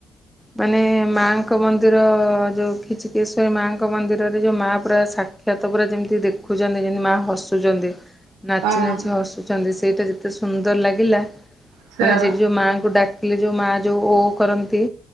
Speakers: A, in the centre; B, on the right.
A: ମାନେ ମାଙ୍କ ମନ୍ଦିର ଯୋଉ ଖିଚିକେଶ୍ଵରୀ ମାଙ୍କ ମନ୍ଦିରରେ ଯୋଉ ମା ପୁରା ସା କ୍ଷାତ ପୁରା ଯେମିତି ଦେଖୁଚନ୍ତି ଯେମିତି ମାଆ ହସୁଚନ୍ତି। ନାଚି
B: ହଁ
A: ନାଚି ହସୁଚନ୍ତି ସେଇଟା ଯେତେ ସୁନ୍ଦର ଲାଗିଲା
B: ସେୟା
A: ମାନେ ସେଠି
B: ବା
A: ଯୋଉ ମାଆଙ୍କୁ ଡାକିଲେ ଯୋଉ ମାଆ ଯୋଉ ଓ କରନ୍ତି